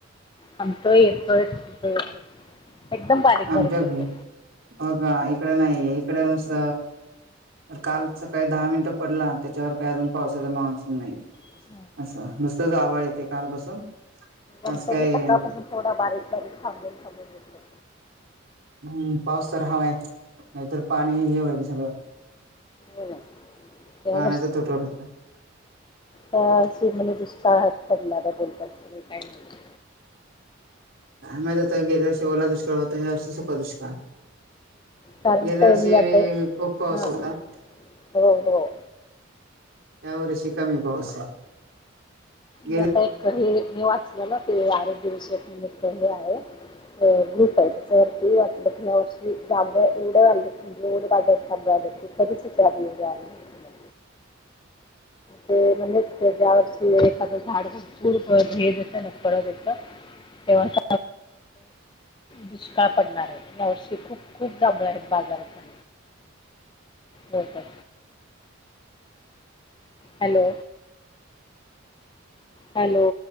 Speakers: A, on the left; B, on the right.
A: थांबतोय येतोय. थांबतोय येतोय. एकदम बारीक
B: आमच्या
A: बारीक येतो.
B: कडे ह का इकड नाहीय. इकड नुसत तर काल सकाळी दहा मिनट पडला. त्याच्यावर काही अजून पावसाचा मान्सून नाही.
A: हो. का?
B: अस नुसतच आभाळ येतय कालपासून.
A: आमचा
B: आज काय
A: सकाळपासून थोडा बारीक बारीक थांबून थांबून येतोय.
B: हम्म पाऊस तर हवाय. नाहीतर पाणी हे होईल सगळ.
A: हो ना या
B: पाण्याचा तुटवडा
A: यावर्षी म्हणे दुष्काळात पडणार बोलतात म्हणे. काय माहिती.
B: काय माहित आता गेल्या वर्षी ओला दुष्काळ होता. ह्या वर्षी सुका दुष्काळ.
A: कारण
B: गेल्या
A: ते
B: वर्षी
A: मी आता
B: खूप पाऊस
A: हा
B: होता.
A: हो हो
B: या वर्षी कमी पाऊस आहे. गेल्या
A: मी आता एक हे मी वाचल ना ते आरोग्यविषयक निमित्त हे आहे. ग्रूप आहे. त्याच्यावरती वाचल कि यावर्षी चांगल गोड बाजारात जांभळ आले. ते कधीच नव्हते. ते म्हणे ज्या वर्षी एखाद झाड भरपूर हे देत ना फळ देत तेव्हाच दुष्काळ पडणार आहे. यावर्षी खूप खूप जांभळ आहेत बाजारात. हो काय. Hello hello